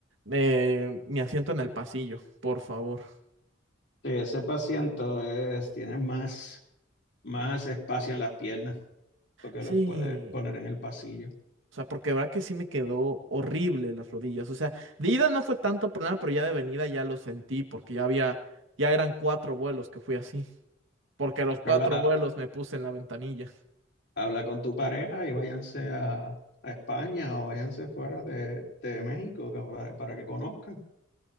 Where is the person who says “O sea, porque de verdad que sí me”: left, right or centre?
Right